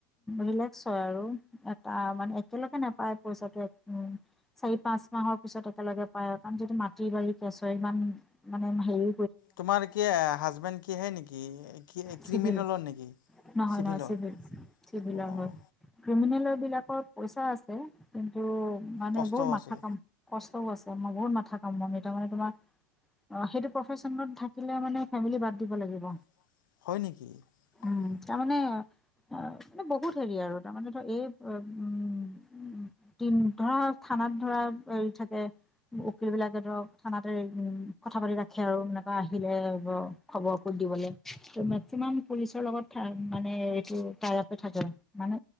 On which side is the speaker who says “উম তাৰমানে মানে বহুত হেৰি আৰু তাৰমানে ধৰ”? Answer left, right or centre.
Centre